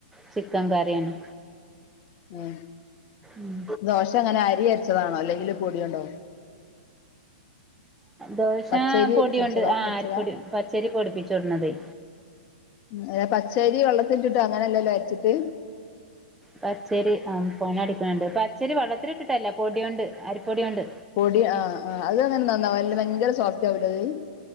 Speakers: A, in the centre; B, on the left.
A: ചിക്കൻ കറിയാണ്.
B: ഉ
A: ഉം.
B: ദോശ എങ്ങനെ അരി അരച്ചതാണോ അല്ലെങ്കിൽില് പൊടിയുണ്ടോ
A: ദോശ
B: പച്ചരി
A: പൊടിയുണ്ട്
B: പൊടിച്ചതാ
A: ആ
B: അരച്ചതാ
A: അരിപ്പൊടി പച്ചരി പൊടിപ്പിച്ചോണ്ട് വന്നതേ
B: ഉ അത പച്ചരി വെള്ളത്തി്ിട്ടോ അങ്ങനെല്ലല്ലോ അരച്ചിട്ട്
A: പച്ചരി ആ പൊണ അടിക്കണണ്ട് പച്ചരി വള്ളത്തിൽ ഇട്ടിട്ടല്ല പൊടികൊണ്ട് അരിപ്പൊടികൊണ്ട്
B: പൊടി ആ് അത് അങ്ങനെ നന്നാവുംല്ല ഭയങ്കര സോഫ്റ്റ് ആവൂലേ അത്